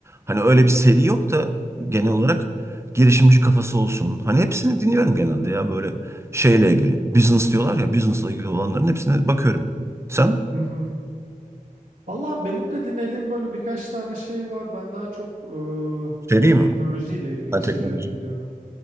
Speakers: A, on the right (about 20°); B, on the right (about 75°).
A: Hani öyle bir seri yok da genel olarak girişimci kafası olsun. Hani hepsini dinliyorum genelde ya böyle şeyle ilgili. Business diyorlar ya, business'la ilgili olanların hepsine bakıyorum. Sen?
B: hı hı. Valla benim de dinlediğim böyle birkaç tane şey var. Ben daha çok e,
A: Seri mi?
B: teknolojiyle ilgili
A: Ben
B: şeyleri
A: teknoloji.
B: dinliyorum.